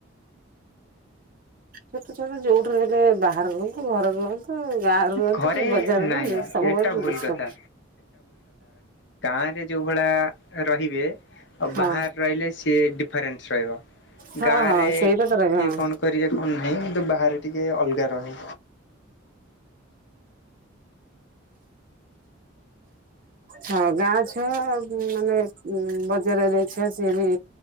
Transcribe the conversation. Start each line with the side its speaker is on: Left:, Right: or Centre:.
Right: ଛୋଟ ଛୁଆ ନା ଯୋଉଠୁ ରହିଲେ ବାହାରେ ରୁହନ୍ତୁ ଘରେ ରୁହନ୍ତୁ। ଗାଁ ରୁହନ୍ତୁ
Left: ଘରେ
Right: କି ବଜାରରୁ
Left: ନାହିଁ
Right: ରୁହନ୍ତି ସବୁବେଳେ
Left: ଏଟା ଭୁଲ
Right: ଦୁଷ୍ଟ।
Left: କଥା। ଘରେ ଯୋଉ ଭଳି ରହିବେ ଆଉ
Right: ହଁ
Left: ବାହାରେ ରହିଲେ ସିଏ ଡିଫରେନ୍ସ ରହିବ।
Right: ହଁ
Left: ଗାଁ
Right: ହଁ
Left: ରେ
Right: ସେଇଟା ତ ରହିବ
Left: କିଏ
Right: ହଁ
Left: କଣ କରିବେ କଣ ନାହିଁ କିନ୍ତୁ ବାହାରେ ଟିକେ ଅଲଗା ରହେ।
Right: ହଁ ଗାଁ ଛୁଅ ମାନେ ବଜାରରେ ଛୁଆ ସିଏ ବି